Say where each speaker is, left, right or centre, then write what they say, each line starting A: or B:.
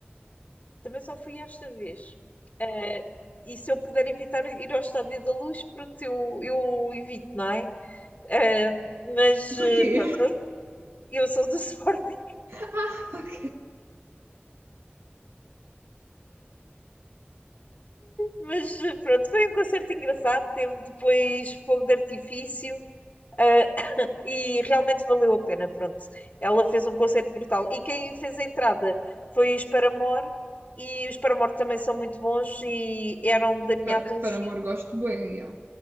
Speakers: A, on the left; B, on the right.
A: também só fui esta vez. Uh, e se eu puder evitar ir ao Estádio da Luz, pronto, eu, eu evito, não é? Uh, mas uh,
B: Porquê? <laughs>
A: pronto, eu sou do <laughs> Sporting.
B: Ah, ok.
A: Mas eh, pronto, foi um concerto engraçado. Teve depois fogo de artifício, ah, e realmente valeu a pena. Pronto, ela fez um concerto brutal. E quem fez a entrada foi os Paramore, e os Paramore também são muito bons e eram da minha
B: Pa-
A: adolescência.
B: para amor, gosto bem, yeah.